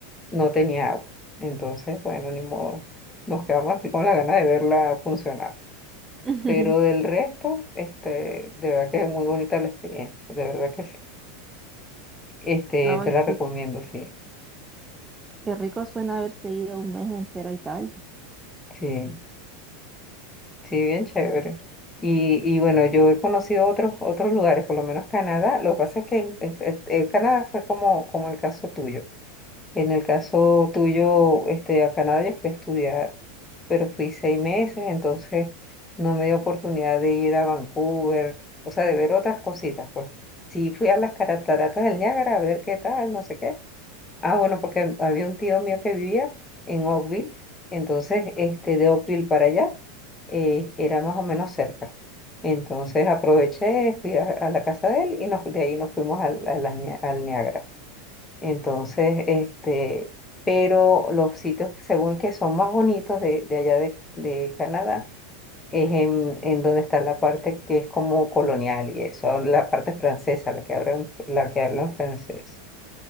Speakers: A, on the left; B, on the right.
A: no tenía agua. Entonces, bueno, ni modo, nos quedamos así con la gana de verla funcionar.
B: mm.
A: Pero del
B: <laughs>
A: resto, este, de verdad que es muy bonita la experiencia, de verdad que sí. Este,
B: Ay,
A: te la recomiendo,
B: sí,
A: sí,
B: qué rico suena haberse ido un mes entero a Italia.
A: sí. Sí, bien chévere. Y, y bueno, yo he conocido otros, otros lugares, por lo menos Canadá. Lo que pasa es que en- en- en- en Canadá fue como, como el caso tuyo. En el caso tuyo, este, a Canadá yo fui a estudiar, pero fui seis meses, entonces no me dio oportunidad de ir a Vancouver, o sea, de ver otras cositas, pues. Sí, fui a las cataratas del Niágara a ver qué tal, no sé qué Ah, bueno, porque había un tío mío que vivía en Oakville, entonces este, de Oakville para allá eh, era más o menos cerca. Entonces aproveché, fui a, a la casa de él y nos, de ahí nos fuimos al, a las Nia- al Niágara. Entonces, este, pero los sitios que según que son más bonitos de, de allá de, de Canadá es en, en donde está la parte que es como colonial y eso, la parte francesa, la que hablan, la que hablan francés